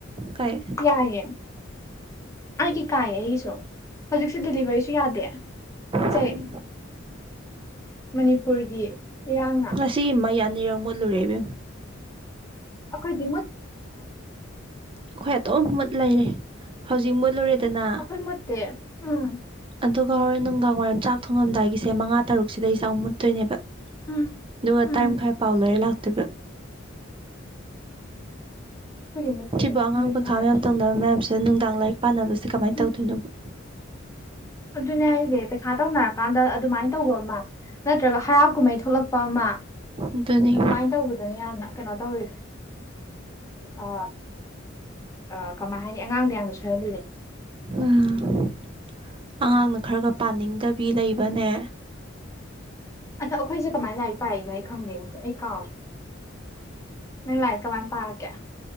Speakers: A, on the right; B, on the left.
A: ꯀꯥꯏ
B: ꯌꯥꯏꯌꯦ꯫ ꯑꯩ ꯀꯩ ꯀꯥꯏꯌꯦ ꯑꯩꯒꯤꯁꯨ ꯍꯧꯖꯤꯛꯁꯦ ꯗꯤꯂꯤꯚꯔꯤꯁꯨ ꯌꯥꯗꯦ꯫ ꯄꯣꯠꯆꯩ
A: ꯎꯝ
B: ꯃꯅꯤꯄꯨꯔꯒꯤ ꯏꯔꯥꯡꯅ꯫
A: ꯉꯁꯤꯒꯤ ꯃꯩ ꯑꯅꯤꯔꯝ ꯃꯨꯠꯂꯨꯔꯦ ꯏꯕꯦꯝꯃ꯫
B: ꯑꯩꯈꯣꯏ
A: ꯑꯩꯈꯣꯏ ꯑꯗꯨꯝ ꯃꯨꯠ ꯂꯩꯔꯦ ꯍꯧꯖꯤꯛ ꯃꯨꯠꯂꯨꯔꯦꯗꯅ
B: ꯑꯈꯣꯏ ꯃꯨꯠꯇꯦ ꯎꯝ꯫
A: ꯑꯗꯨꯒ ꯍꯣꯔꯦꯟ ꯅꯨꯡꯗꯥꯡ ꯋꯥꯏꯔꯝ ꯆꯥꯛ ꯊꯣꯡꯉꯝꯗꯥꯏꯒꯤꯁꯦ ꯃꯉꯥ ꯇꯔꯨꯛꯁꯤꯗꯩ ꯆꯥꯎꯥꯛ ꯃꯨꯠꯇꯣꯏꯅꯦꯕ꯫ ꯑꯗꯨꯒ
B: ꯎꯝ ꯎꯝ
A: ꯇꯔꯥꯝ ꯃꯈ ꯄꯥꯎ ꯂꯣꯏꯔꯦ ꯂꯥꯛꯇꯣꯏꯕ꯫
B: ꯑꯩꯈꯣꯏꯗꯤ ꯃꯨꯠꯇꯦ
A: ꯁꯤꯕꯨ ꯑꯉꯥꯡ
B: ꯑꯗꯨꯏ
A: ꯄꯩꯈꯥ
B: ꯍꯥꯏꯔꯗꯤ
A: ꯃꯌꯥꯝ ꯇꯧꯅꯕ ꯃꯌꯥꯝꯁꯤꯗ ꯅꯨꯡꯗꯥꯡ ꯂꯥꯏꯔꯤꯛ ꯄꯥꯅꯕꯁꯦ ꯀꯃꯥꯏꯅ
B: ꯎꯝ
A: ꯇꯧꯗꯨꯏꯅꯣꯕ?
B: ꯑꯗꯨꯅꯦ ꯍꯥꯏꯁꯦ ꯄꯩꯈꯥ ꯇꯧꯅꯔꯀꯥꯟꯗ ꯑꯗꯨꯃꯥꯏꯅ ꯇꯧꯕ ꯑꯃ ꯅꯠꯇ꯭ꯔꯒ ꯍꯔꯥꯎ ꯀꯨꯝꯍꯩ ꯊꯣꯛꯂꯛꯄ ꯑꯃ꯫
A: ꯑꯗꯨꯅꯤ
B: ꯑꯗꯨꯃꯥꯏꯅ ꯇꯧꯕꯗꯅꯦ ꯌꯥꯝꯅ ꯀꯩꯅꯣ ꯇꯧꯔꯤꯁꯦ ꯑ ꯑ ꯀꯃꯥꯏ ꯍꯥꯏꯅꯤ ꯑꯉꯥꯡꯗ ꯌꯥꯝꯅ ꯁꯣꯏꯍꯜꯂꯤꯂꯦ꯫
A: ꯑꯥ ꯑꯉꯥꯡꯅ ꯈꯔꯒ ꯄꯥꯅꯤꯡꯗꯕꯤ ꯂꯩꯕꯅꯦ꯫
B: ꯑꯗꯥ ꯑꯩꯈꯣꯏꯁꯦ ꯀꯃꯥꯏꯅ ꯂꯥꯏꯔꯤꯛ ꯄꯥꯏꯏꯅꯣ ꯑꯩ ꯈꯪꯗꯦꯕꯣ ꯑꯩ ꯀꯥꯎꯔꯦ꯫ ꯅꯪ ꯂꯥꯏꯔꯤꯛ ꯀꯃꯥꯏꯅ ꯄꯥꯔꯛꯀꯌꯦ?